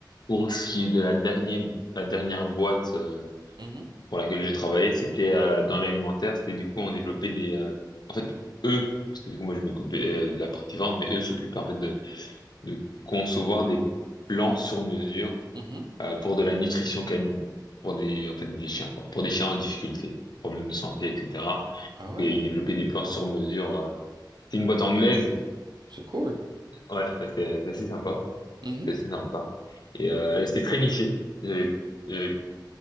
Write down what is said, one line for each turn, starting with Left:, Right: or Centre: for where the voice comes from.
Left: pour ce qui est de la dernière, la dernière boîte euh,
Right: Mhm,
Left: pour laquelle j'ai travaillé, c'était euh, dans l'alimentaire. C'était du coup, on développait des... euh, en fait, eux, parce que du coup, moi, je m'occupais euh, de la partie vente, mais eux s'occupaient en fait de, de concevoir des plans sur mesure
Right: mhm.
Left: euh, pour de la nutrition canine, pour des, en fait, des chiens, quoi, pour des chiens en difficulté, problèmes de santé, etc.
Right: Ah ouais,
Left: Et ils développaient des plans sur mesure. euh. C'est une boîte anglaise.
Right: c'est cool.
Left: Ouais, c'était c'est assez sympa.
Right: Mhm.
Left: que c'est sympa. Et, euh, et c'était très niché. J'avais j'avais